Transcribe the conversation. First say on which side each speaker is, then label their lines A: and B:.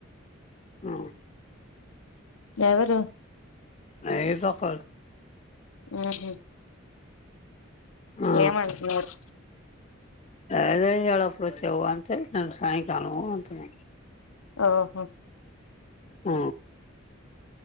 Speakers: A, on the left; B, on the left.
A: హు
B: ఎవరు
A: ఏ దక్క.
B: ఉహు.
A: ఆ
B: ఏమంటున్నారు
A: అదే ఇడ. ఎప్పుడొచ్చావా అంటే నాన్ సాయంకాలం అంటున్నా.
B: ఓహో.
A: ఆ.